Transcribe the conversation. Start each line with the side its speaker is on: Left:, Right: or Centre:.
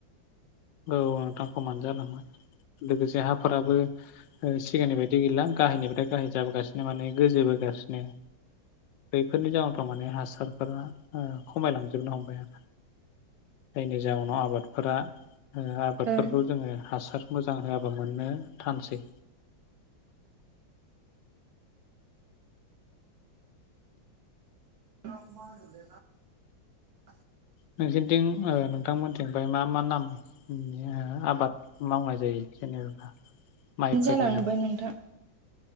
Left: औ नोंथां खमानो जालांबाय लोगोसे हाफोराबो सिगांनि बायदि गैला गाहायनिफ्राय गाहाय जाबोगासिनो माने गोजोबोगासिनो बैफोरनि जाउनावथ' माने हासारफोरा खमायलांजोबनो हमबाय आरो जायनि जाउनाव आबादफोरा ओ आबादफोरखौ
Right: ओं
Left: जोङो हासार मोजां होआबा मोननो थानसै
Right: <unintelligible>
Left: नोंसोरनिथिं ओ नोंथांमोनथथिं फ्राय मा मा ओ आबाद आबाद मावनाय जायो जेनेबा माइफोरनि
Right: जालांबाय
Left: नाम
Right: नोंथां।